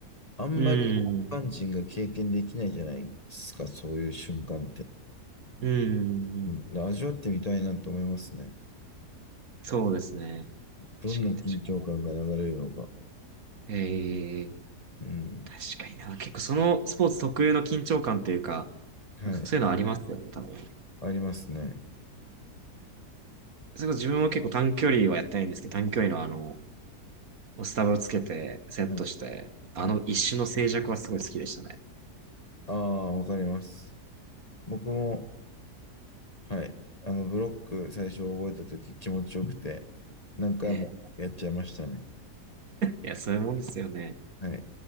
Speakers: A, on the left; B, on the right.
A: あんまり一般人が経験できないじゃないですか、
B: うん、
A: そういう瞬間って。
B: うん、うん
A: うん、味わってみたいなと思いますね。
B: そうですね。
A: どんな緊張感が流れるのか。
B: 確かに、確かに。ええ、
A: うん。
B: 確かにな。結構、そのスポーツ特有の緊張感というか、
A: はい。
B: なんかそういうのありますよね、多分。
A: ありますね。
B: それこそ自分は結構短距離はやってないんですけど、短距離のあの、スタバをつけて、セットして、
A: はい。
B: あの一種の静寂はすごい好きでしたね。
A: はい。ああ、わかります。僕も、はい。あの、ブロック最初覚えたとき気持ちよくて、何回もやっちゃいましたね。
B: ええ。いや、そういうもんですよね。
A: はい。